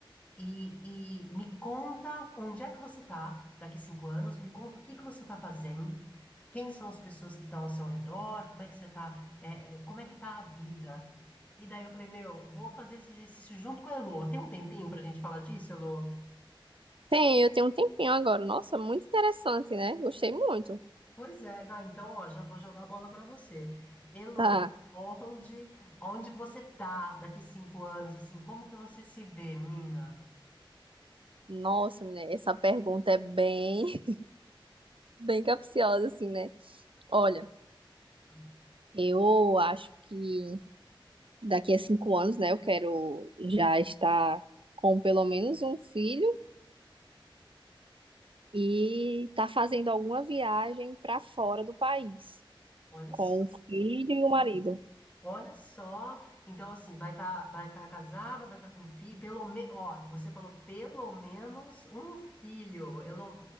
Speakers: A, on the left (about 15°); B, on the right (about 75°).
A: E, e me conta onde é que você está daqui cinco anos, me conta o que que você está fazendo, quem são as pessoas que estão ao seu redor, como é que você está, como é que está a vida. E daí eu falei, meu, vou fazer esse exercício junto com a Elô. Tem um tempinho para a gente falar disso, Elô?
B: Tem, eu tenho um tempinho agora. Nossa, muito interessante, né? Gostei muito.
A: Pois é, ah, então ó, já vou jogar a bola para você. Elô,
B: Tá.
A: onde, onde que você está daqui cinco anos, assim, como que você se vê, menina?
B: Nossa, menina, essa pergunta é bem, <laughs> bem capciosa, assim, né? Olha,
A: "Hum,
B: eu acho que daqui a cinco anos, né, eu quero já estar com pelo menos um filho e tá fazendo alguma viagem pra fora do país
A: Olha
B: com
A: só.
B: o filho e o marido.
A: Olha só, então assim, vai estar vai tá casada, vai estar com um filho, pelo menos, ó, você falou pelo menos um filho. Elo,